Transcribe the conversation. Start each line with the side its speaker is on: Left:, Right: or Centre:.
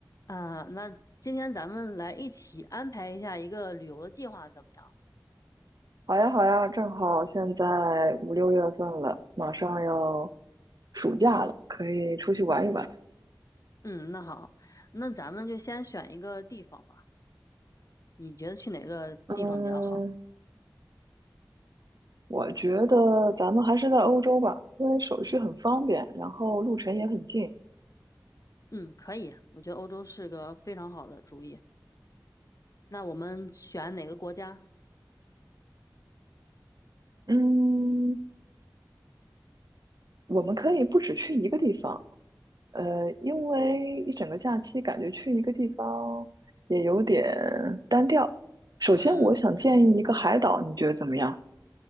Left: 啊，那今天咱们来一起安排一下一个旅游的计划，怎么样？
Right: 好呀，好呀，正好现在五六月份了，马上要暑假了，可以出去玩一玩。
Left: 嗯，那好，那咱们就先选一个地方吧。你觉得去哪个地方比较好？
Right: 嗯，我觉得咱们还是在欧洲吧，因为手续很方便，然后路程也很近。
Left: 嗯，可以，我觉得欧洲是个非常好的主意。那我们选哪个国家？
Right: 嗯，我们可以不止去一个地方，呃，因为一整个假期感觉去一个地方也有点单调。首先，
Left: 嗯，
Right: 我想建议一个海岛，你觉得怎么样？